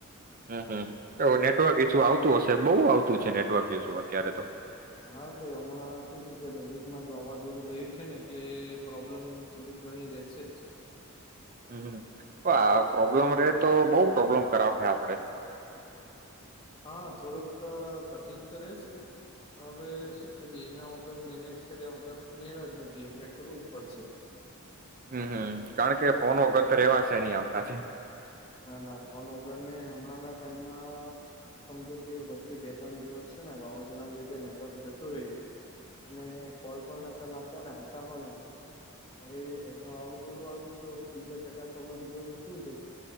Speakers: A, on the right (about 40°); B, on the left (about 25°).
A: હમ હમ! તો નેટવર્ક એછું આવતું હશે તે બહુ આવતું છે નેટવર્ક ઇશું અત્યારે તો.
B: હા તે હમણાં શું છે? કે નજીકમાં જ વાવાઝોડું ગયું છે ને એટલે એ પ્રોબ્લેમ થોડી ઘણી રહેશે
A: હમ હ પ્રોબ્લેમ રે તો, બહુ પ્રોબ્લેમ કરાવાય આપડ
B: હા થોડુંક તકલીફ તો રહેશે. હવે શું કરીએ? એના વગર મેનેજ કર્યા વગર મેળ જ નથી. એટલે કરવું જ પડશે.
A: હમમ કારણ કે ફોનો વગર કરી હેવાત તે નઈ આપનાથી
B: ના ના ફોન વગર ને, હમણાં ના ટાઈમ અઅ સમજો કે વચ્ચે બે ત્રણ દિવસ છે ને વાવાઝોડાને લીધે નેટવર્ક જતું રહ્યું, અને કોલ પણ નતા લાગતા ને આવતા પણ નતા. હવે, અહિયાં વાવાઝોડું આવ્યું તો બીજા સગા સંબંધીઓને શું છે?